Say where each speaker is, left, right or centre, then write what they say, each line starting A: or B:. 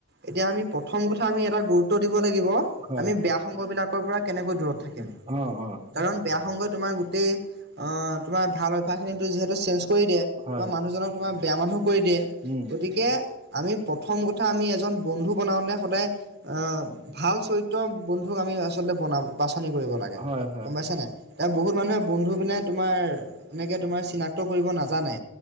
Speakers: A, on the right (about 55°); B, on the right (about 30°).
A: এতিয়া আমি প্ৰথম কথা আমি এটা গুৰুত্ব দিব লাগিব,
B: হয়।
A: আমি বেয়া সংগবিলাকৰ পৰা কেনেকৈ দূৰত থাকিম।
B: অ', অ'।
A: কাৰণ বেয়া সংগই তোমাৰ গোটেই অ' তোমাৰ ভাল অভ্যাস খিনিতো যিহেতু চেঞ্জ কৰি দিয়ে
B: হয়
A: তোমাৰ মানুহজনক তোমাক বেয়া মানুহ কৰি দিয়ে,
B: উম
A: গতিকে আমি প্ৰথম কথা আমি এজন বন্ধু বনাওঁতে সদায় আহ ভাল চৰিত্ৰ বন্ধুক আমি আচলতে বনাব বাছনি কৰিব লাগে,
B: হয় হয়
A: গম পাইছে নাই। এতিয়া বহুত মানুহে বন্ধু পিনে তোমাৰ এনেকে তোমাৰ চিনাক্ত কৰিব নাজানে।